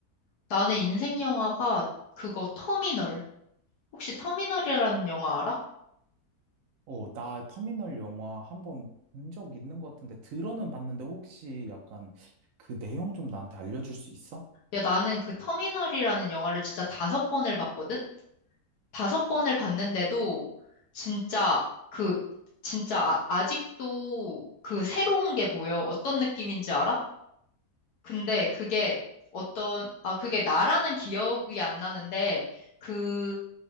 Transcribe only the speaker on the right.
어, 나 터미널 영화 한 번 본 적 있는 것 같은데, 들어는 봤는데, 혹시 약간 그 내용 좀 나한테 알려줄 수 있어?